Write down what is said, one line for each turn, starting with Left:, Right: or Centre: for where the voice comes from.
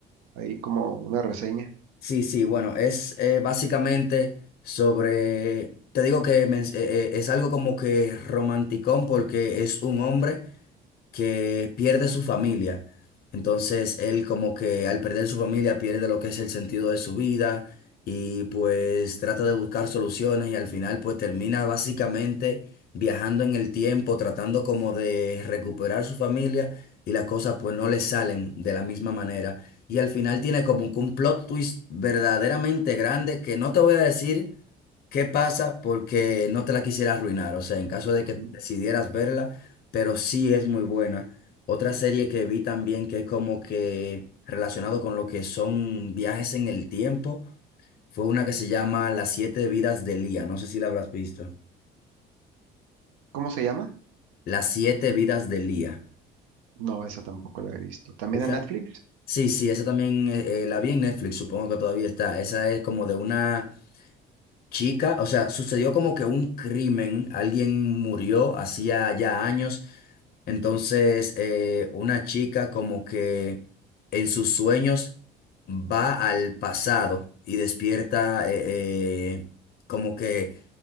Right: ahí como una reseña.
Left: Sí, sí, bueno, es eh, básicamente sobre, te digo que men- eh, eh, es algo como que romanticón porque es un hombre que pierde su familia. Entonces él como que al perder su familia pierde lo que es el sentido de su vida y pues trata de buscar soluciones y al final pues termina básicamente viajando en el tiempo, tratando como de recuperar su familia y las cosas pues no le salen de la misma manera. Y al final tiene como que un plot twist verdaderamente grande que no te voy a decir ¿Qué pasa? Porque no te la quisiera arruinar, o sea, en caso de
Right: Ujú.
Left: que decidieras verla, pero sí es muy buena. Otra serie que vi también que es como que relacionado con lo que son viajes en el tiempo, fue una que se llama Las siete vidas de Lía, no sé si la habrás visto.
Right: ¿Cómo se llama?
Left: Las siete vidas de Lía.
Right: No, esa tampoco la he visto. ¿También
Left: Esa,
Right: en Netflix?
Left: sí, sí, esa también eh, eh, la vi en Netflix, supongo que todavía está. Esa es como de una chica, o sea, sucedió como que un crimen, alguien murió hacía ya años Entonces, eh, una chica como que en sus sueños va al pasado y despierta eh, eh, como que